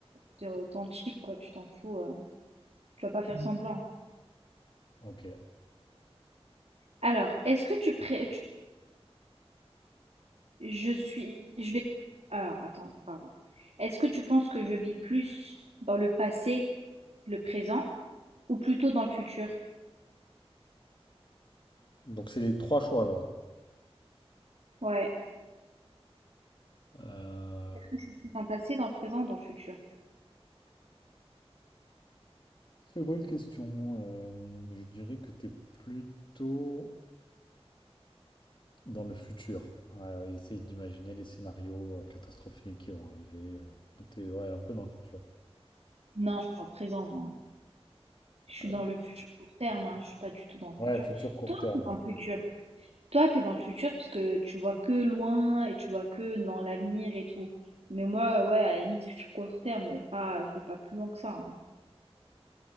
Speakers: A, on the right; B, on the left.
A: t'es authentique, quoi, tu t'en fous, euh, tu vas pas faire semblant.
B: Ok.
A: Alors, est-ce que tu, pré- tu Je suis, je vais. Alors, attends, pardon. Est-ce que tu penses que je vis plus dans le passé, le présent, ou plutôt dans le futur?
B: Donc c'est les trois choix là.
A: Ouais.
B: Euh,
A: Est-ce que je suis plus dans le passé, dans le présent, ou dans le futur?
B: Très bonne question. Euh, je dirais que tu es plutôt dans le futur, à essayer d'imaginer les scénarios euh, catastrophiques qui vont arriver. Tu es ouais, un peu dans le futur.
A: Non, je suis dans le présent, moi. Je suis
B: Euh,
A: dans le futur court terme, hein, Je suis pas du tout dans le
B: ouais,
A: futur.
B: futur court
A: Toi,
B: terme.
A: t'es
B: Ouais,
A: dans le futur. Toi, t'es dans le futur parce que tu vois que loin et tu vois que dans l'avenir et tout. Mais moi, ouais, à la limite, futur court terme, mais pas, je veux pas plus loin que ça. hein.